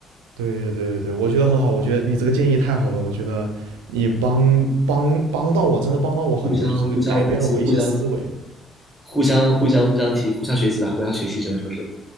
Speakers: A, on the right; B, in the centre.
A: 对对对对对，我觉得很好，我觉得你这个建议太好了，我觉得你帮帮帮到我，真的帮到我很多，
B: 互相互相分析，
A: 就是改变了我一些思维。
B: 互相互相互相互相提，互相学习吧，互相学习只能说是，